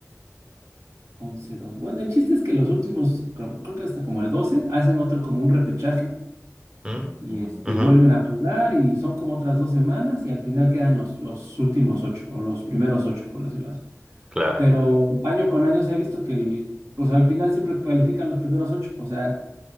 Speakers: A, on the right; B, on the right.
A: 11 dos Bueno, el chiste es que los últimos, creo creo que hasta como el 12 hacen otro como un repechaje
B: ujú,
A: y este,
B: ujú,
A: vuelven a jugar y son como otras dos semanas y al final quedan los, los últimos ocho o los primeros ocho, por decirlo así.
B: Claro,
A: Pero año con año se ha visto que el- pues al final siempre cualifican los primeros ocho, o sea,